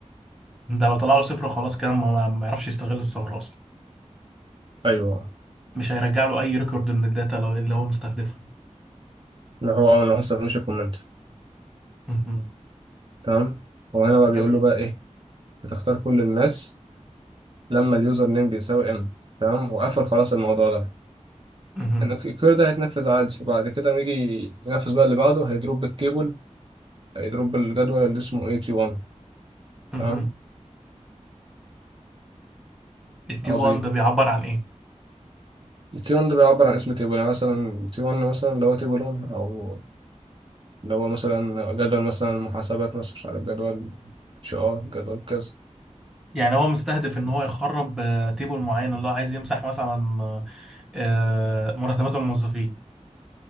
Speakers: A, in the centre; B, on the right.
A: ده لو طلع له صفر خلاص كده ما ما- ما يعرفش يستغل الثغرة اصلا
B: ايوه
A: مش هيرجع له اي ريكورد من الداتا لو اللي هو مستهدفها
B: لو هو أول- لو ما استخدمش الكومنت
A: مهم.
B: تمام هو هنا بقى بيقول
A: جميل
B: له بقى ايه بتختار كل الناس لما اليوزر نيم بيساوي ام تمام وقفل خلاص الموضوع ده
A: مهم.
B: إن الك- الكير ده هيتنفذ عادي وبعد كده لما يجي ينفذ بقى اللي بعده هيدروب التيبل هيدروب الجدول اللي اسمه 81
A: مهم.
B: تمام
A: التي
B: عظيم
A: 1 ده بيعبر عن ايه
B: التي 1 ده بيعبر عن اسم تيبل يعني مثلا تي 1 مثلا اللي هو تيبل 1 او اللي هو مثلا جدول مثلا محاسبات مثلا مش عارف جدول اتش ار جدول كذا
A: يعني هو مستهدف ان هو يخرب آه، تيبل معين اللي هو عايز يمسح مثلا آه، آه، مرتبات الموظفين